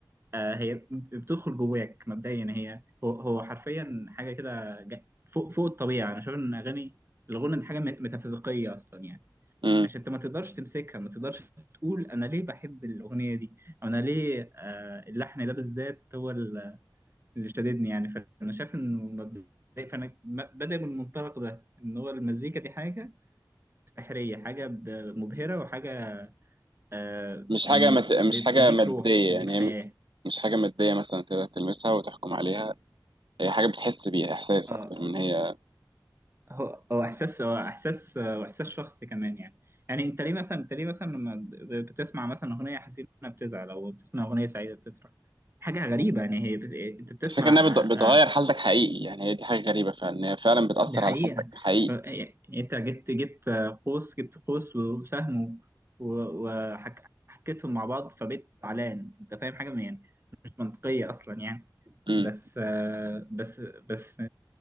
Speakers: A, on the right; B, on the right.
A: آه، هي بتدخل جواك مبدئيا هي هو هو حرفيا حاجة كده جا- فوق فوق الطبيعة أنا شايف إن أغاني الغنى دي حاجة مت- ميتافيزيقية أصلا يعني
B: امم
A: عشان أنت ما تقدرش تمسكها ما تقدرش تقول أنا ليه بحب الأغنية دي أو أنا ليه آه، اللحن ده بالذات هو ال- اللي شددني يعني فأنا شايف إنه مبدئيا فأنا م- بادئ من المنطلق ده إن هو المزيكا دي حاجة سحرية حاجة ب- مبهرة وحاجة آه،
B: مش
A: يعني
B: حاجه مت... مش
A: بتديك
B: حاجه ماديه
A: روح بتديك
B: يعني
A: حياة
B: هي م- مش حاجه ماديه مثلا تقدر تلمسها وتحكم عليها هي حاجه بتحس بيها احساس
A: اه
B: اكتر من هي
A: هو هو احساس هو احساس آه، واحساس شخصي كمان يعني يعني انت ليه مثلا انت ليه مثلا لما ب- بتسمع مثلا اغنيه حزينه بتزعل او بتسمع اغنيه سعيده بتفرح حاجه غريبه يعني هي بت- انت بتسمع
B: الفكرة انها بت- بتغير
A: آه، آه،
B: حالتك حقيقي يعني هي دي حاجة غريبة فعلا إن هي فعلا بتأثر
A: دي حقيقه
B: على حالتك حقيقي
A: آه، يعني انت جبت جبت آه، قوس جبت قوس وسهم وحكيتهم مع بعض فبقيت زعلان انت فاهم حاجه يعني مش منطقيه اصلا يعني
B: امم
A: بس آه، بس بس